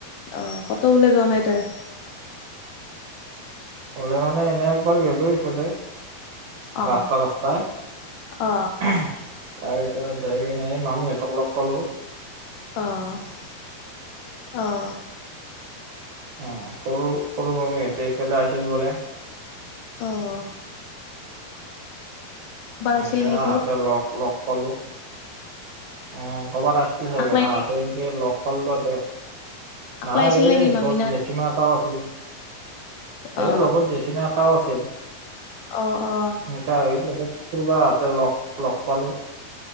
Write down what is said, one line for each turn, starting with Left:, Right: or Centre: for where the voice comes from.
Left: অ' ক'তো ওলায় যোৱা নাই তাই
Right: হ'লে মানে এনে একবাৰ গলোঁ ইফালে।
Left: অ
Right: ৰাস্তা ৰাস্তাই।
Left: অ
Right: তাৰপিছত যাইকিনে এই মামীহঁতক লগ পালোঁ।
Left: অহ' অহ'।
Right: অ' সৰু সৰু মামীহঁতে ইফালে আছিল বোলে।
Left: অহ' আছিল
Right: একে
Left: নেকি
Right: আহাতে লগ লগ পালো। অ' কৰ'বাত আহিছিল চাগে
Left: আকলাই
Right: আহটে এনেকে লগ পালোঁ তাতে।
Left: আকলাই
Right: নাই
Left: আছিল
Right: এই
Left: নেকি
Right: সিহঁতৰ
Left: মামিনা
Right: জেঠি মা এটাও আছিল। এই
Left: অ
Right: লগত জেঠিমা এটাও আছে।
Left: অ অ
Right: সেনেকা এই লগত ক'ৰবাত তাৰলগ লগ পালোঁ।